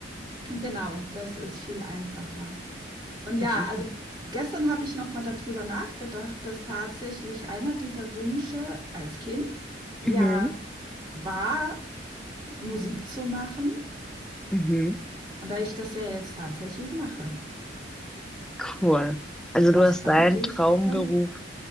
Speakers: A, on the right (about 25°); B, in the centre.
A: Genau, das ist viel einfacher. Und ja,
B: <laughs>
A: also gestern habe ich noch mal darüber nachgedacht, dass tatsächlich einer dieser Wünsche als Kind ja
B: Mhm.
A: war, Musik zu machen.
B: Mhm.
A: Und da ich das ja jetzt tatsächlich mache,
B: Cool. Also
A: das
B: du hast
A: fand
B: deinen
A: ich
B: Traumberuf
A: schon,